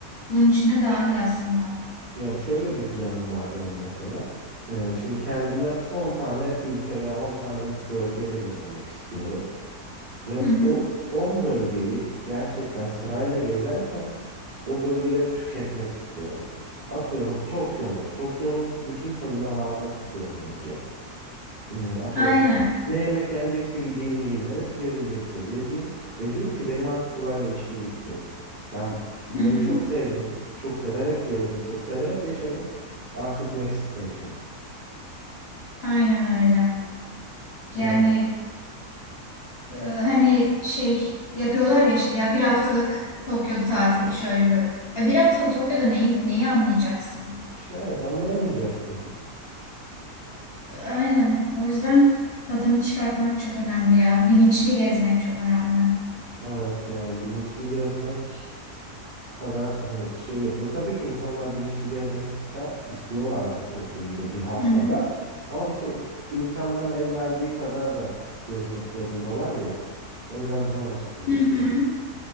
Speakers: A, on the left (about 55°); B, on the right (about 50°).
A: bunun içine dahil aslında.
B: Yani şöyle bir planım var benim mesela. Ee, şimdi kendime 10 tane ülke veya 10 tane bir bölge belirlemek istiyorum. Ve
A: Hı hı.
B: o 10 bölgeyi gerçekten sırayla gezerken o bölgeleri tüketmek istiyorum. Atıyorum Tokyo mu? Tokyo'nun bütün tadına varmak istiyorum önce. E, Atıyorum
A: Aynen.
B: ne yemek yenecekse gideyim yiyeyim. Neresi gezilecekse gezeyim. Ve diyeyim ki benim artık burayla işim bitti. Ben burayı
A: Hı hı.
B: çok sevdim. Çok severek gezdim. Çok severek yaşadım. Artık next station.
A: Aynen öyle. Yani
B: Yani
A: e, hani şey yapıyorlar ya işte ya bir haftalık Tokyo'da tatili şöyle böyle. Ya bir haftalık Tokyo'da neyi, neyi anlayacaksın?
B: işte evet anlayamayacaksın. <laughs>
A: Aynen. O yüzden tadını çıkartmak çok önemli ya. Bilinçli gezmek çok önemli.
B: Evet yani bilinçli gezmek kadar hani şey yok. E tabii ki insanlar bilinçli gezmek ister, istiyorlardır Tokyo'yu da bir haftada.
A: Hı hı.
B: Ama işte i- imkanların el verdiği kadar da gezmek zorundalar ya. O biraz can acıtıcı
A: Hı
B: işte.
A: hı.